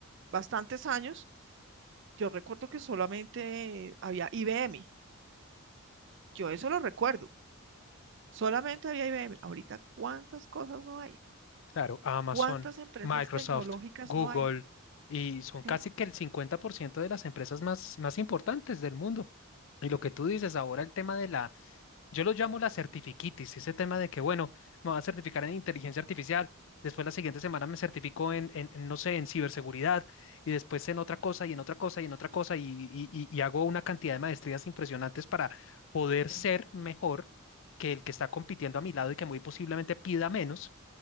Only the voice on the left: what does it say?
Claro, Amazon,
Microsoft,
Google,
y son casi
que el cincuenta por ciento de las empresas más, más importantes del mundo. Y lo que tú dices ahora, el tema de la Yo lo llamo la certifiquitis, ese tema de que, bueno, me voy a certificar en inteligencia artificial, después la siguiente semana me certifico en, en- en, no sé, en ciberseguridad, y después en otra cosa, y en otra cosa, y en otra cosa, y, y- y- y hago una cantidad de maestrías impresionantes para poder ser
mejor que el que está compitiendo a mi lado y que muy posiblemente pida menos,